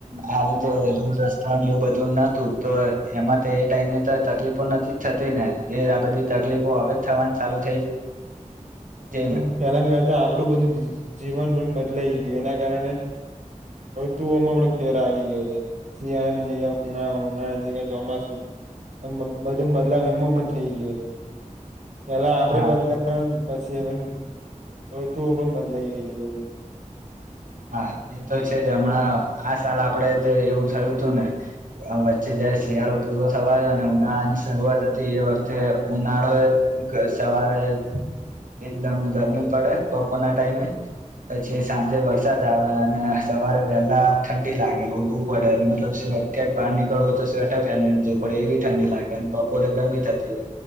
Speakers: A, on the right; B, on the right.
A: આ રીતે રડ રસ્તાઓ એવું બધું નતું તો એમાં તો એ ટાઈમે તો તકલીફો નથી જ થતી ને એ આ બધી તકલીફો હવે જ થવાની ચાલુ થઈ છે
B: અને
A: ને
B: તેલંગરતા આપડું બધું જીવન બદલાઈ ગયું એના કારણે તુમાં પણ ફેર આવી ગયો છે શિયાળાની જગ્યા ઉ ઉનાળની જગ્યા ચોમાસું બધું બદલાવ એમાં પણ થઇ ગયો છે પેલા આપડે
A: હા
B: બદલા સવન ઋતુઓ પણ બદલાઈ હોય છે બધી
A: હા એ તો છે જ હમણાં આ સાલ આપડે જે એવું થયું હતું ને વચ્ચે જારે શિયાળો પૂરો થવાયો અને ઉનાળા ની શરૂઆત હતી એ વખતે ઉનાળો સવારે એકદમ ગરમી પડે બપોરના ટાઈમે પછી સાંજે વ આવે સવારે વહેલા ઠંડી લાગે ડૂું પડે મતલબ ક્યાંક બહાર નીકળવ હોય તો સ્વેટર પહેરી ને જોવું પડે એવી ઠંડી લાગે બપોરે ગરમી થતી હોય